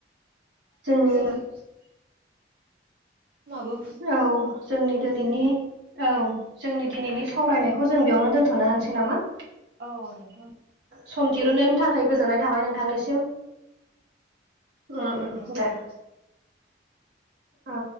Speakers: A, on the right; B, on the right.
A: जोंनि
B: <unintelligible> <inaudible> माबो
A: औ जोंनि दिनैनि औ जोंनि दिनैनि सावरायनाय खौ जों बेयावनो दोनथ'नो हानोसै नामा?
B: औ नोंथां।
A: सम दिरुनायनि थाखाय गोजोननाय थाबाय नोंथांनिसिम। उम-उम
B: औ नोंथां
A: दे औ।